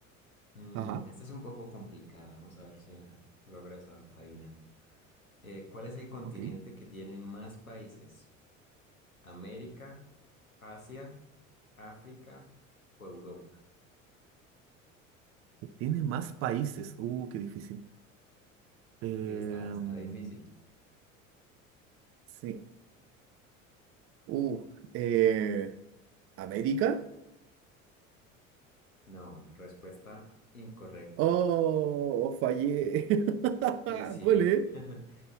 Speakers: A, on the left (about 90°); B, on the right (about 35°).
A: Mm,
B: Ajá.
A: esta es un poco complicada, vamos a ver si la logras a- adivinar. Eh, ¿cuál es el continente
B: Ok. Y
A: que tiene más países? ¿América, Asia, África o Europa?
B: Tiene más países. Uh, qué difícil. Em,
A: Sí, está, está difícil.
B: Sí. Uh, eh, ¿América?
A: No, respuesta incorrecta.
B: Oh, fallé. <laughs>
A: Sí, sí.
B: ¿Cuál es?
A: <laughs>